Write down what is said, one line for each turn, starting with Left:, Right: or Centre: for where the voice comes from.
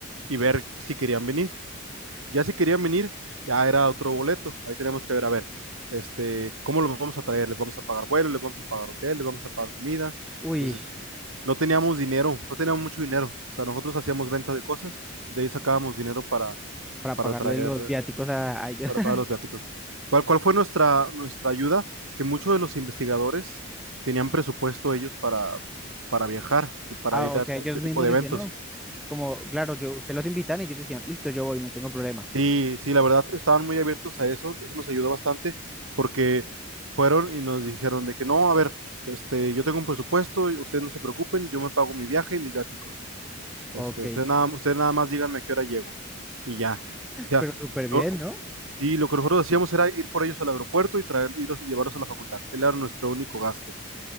Right: y ver si querían venir. Ya si querían venir, ya era otro boleto. Ahí tenemos que ver, a ver, este, ¿cómo los vamos a traer? ¿Les vamos a pagar vuelo? ¿Les vamos a pagar hotel? ¿Les vamos a pagar comidas?
Centre: Uy,
Right: Entonces, no teníamos dinero, no teníamos mucho dinero. O sea, nosotros hacíamos ventas de cosas, de ahí sacábamos dinero para,
Centre: para
Right: para
Centre: pagarle
Right: traer,
Centre: los viáticos a, a ellos.
Right: para
Centre: <laughs>
Right: pagar los viáticos. ¿Cuál, cuál fue nuestra, nuestra ayuda? Que muchos de los investigadores tenían presupuesto ellos para, para viajar y para
Centre: Ah,
Right: ir
Centre: o
Right: a
Centre: sea, ellos
Right: este
Centre: mismos
Right: tipo de
Centre: decían,
Right: eventos.
Centre: no. Como, claro, yo, se los invitan y ellos decían, listo, yo voy, no tengo problema.
Right: Sí, sí, la verdad, estaban muy abiertos a eso, eso nos ayudó bastante porque fueron y nos dijeron de que no, a ver, este, yo tengo un presupuesto, y ustedes no se preocupen, yo me pago mi viaje y mis viáticos. Este,
Centre: Ok,
Right: ustedes nada, ustedes nada más díganme a qué hora llego y ya. O sea,
Centre: pero súper
Right: no-
Centre: bien, ¿no?
Right: y lo que nosotros hacíamos era ir por ellos al aeropuerto y traer, irlos- y llevarlos a la facultad. Él era nuestro único gasto.